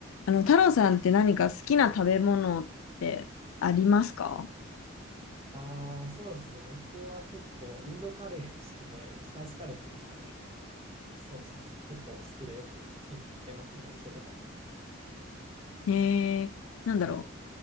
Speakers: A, on the left; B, on the right.
A: あの、太郎さんって何か好きな食べ物ってありますか
B: ああ、そうですね。僕は結構インドカレーが好きで、スパイスカレーっていうんですかね。そうですね。結構好きでよく行ってますね、お店とか。
A: えー、なんだろう。